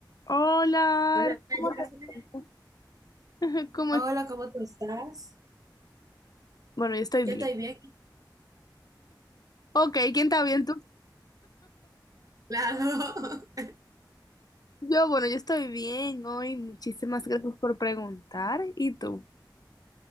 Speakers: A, on the left (about 55°); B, on the right (about 50°).
A: Hola,
B: Hola,
A: Ara, ¿cómo
B: Jafre.
A: te- <laughs> ¿Cómo
B: Hola,
A: es?
B: ¿cómo tú estás?
A: Bueno, yo estoy
B: Yo
A: bien.
B: estoy bien,
A: Ok, ¿quién está bien? ¿Tú?
B: claro. <laughs>
A: Yo, bueno, yo estoy bien hoy. Muchísimas gracias por preguntar. ¿Y tú?